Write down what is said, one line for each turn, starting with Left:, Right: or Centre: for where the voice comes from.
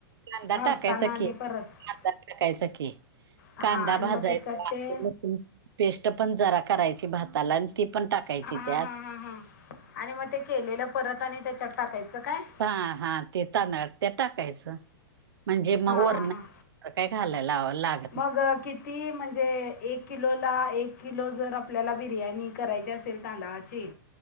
Right: कांदा
Left: भाजताना
Right: टाकायचा
Left: आणि
Right: की
Left: परत
Right: कांदा टाकायचा की.
Left: हां
Right: कांदा
Left: आणि
Right: भाजायचा
Left: मग त्याच्यात ते
Right: पेस्ट पण जरा करायची भाताला आणि ती पण टाकायची
Left: हां
Right: त्यात.
Left: हां हां हां आणि मग ते केलेलं परत आणि त्याच्यात टाकायचं काय?
Right: हा हा ते तांदळात ते टाकायचं म्हणजे
Left: हां
Right: मग वर
Left: हां
Right: न-
Left: हां
Right: काय घालाय लाव लाग-
Left: मग किती- ती म्हणजे एक किलो ला एक किलो जर आपल्याला बिर्याणी करायची असेल तांदळाची-